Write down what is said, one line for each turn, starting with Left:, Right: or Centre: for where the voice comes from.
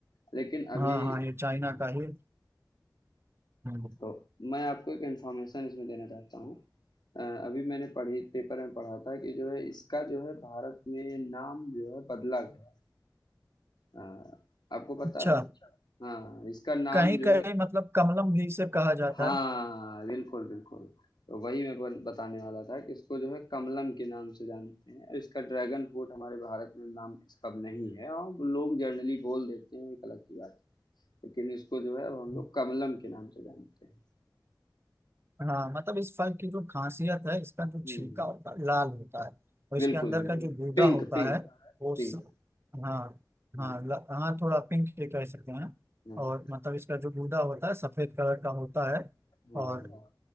Left: लेकिन
Right: हाँ
Left: अभी
Right: हाँ
Left: हाँ,
Right: ये चाइना का ही हम्म।
Left: तो मैं आपको एक इन्फॉर्मेशन इसमें देना चाहता हूँ अ, अभी मैंने पढ़ी पेपर में पढ़ा था कि जो है इसका जो है भारत में नाम जो है बदला गया अ, आपको पता
Right: अच्छा
Left: है हाँ इसका नाम
Right: कहीं
Left: जो
Right: कहीं
Left: है
Right: मतलब कमलम भी इसे कहा जाता
Left: हाँ
Right: है
Left: बिल्कुल बिल्कुल तो वही मैं बन- बताने वाला था कि इसको जो है कमलम के नाम से जानते हैं इसका ड्रैगन फ्रूट हमारे भारत में नाम इसका नहीं है और वो लोग जनरली बोल देते हैं एक अलग की बात है। लेकिन इसको जो है अब हम
Right: हम्म।
Left: लोग कमलम के नाम से जानते हैं
Right: हाँ मतलब इस फल की जो खासियत है इसका जो
Left: हम्म
Right: छिलका
Left: हम्म।
Right: होता है लाल होता है और
Left: बिल्कुल
Right: इसके अंदर
Left: बिल्कुल
Right: का जो गूदा
Left: Pink
Right: होता
Left: pink
Right: है वो स...
Left: पिंक
Right: हाँ
Left: हाँ
Right: हाँ ल... हाँ थोड़ा पिंक भी कह सकते हैं
Left: हाँ
Right: और मतलब इसका जो गूदा होता है सफेद कलर का होता है
Left: हाँ हाँ,
Right: और